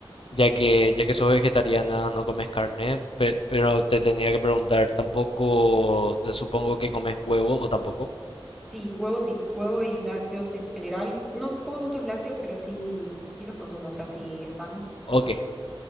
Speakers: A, on the left; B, in the centre.
A: Ya que, ya que sos vegetariana, no comes carne, pe- pero te tenía que preguntar, tampoco, eh, supongo que comes huevo o tampoco.
B: Sí, huevo sí, huevo y lácteos en general. No como tantos lácteos, pero sí, sí los consumo, o sea, sí están
A: Ok,
B: como.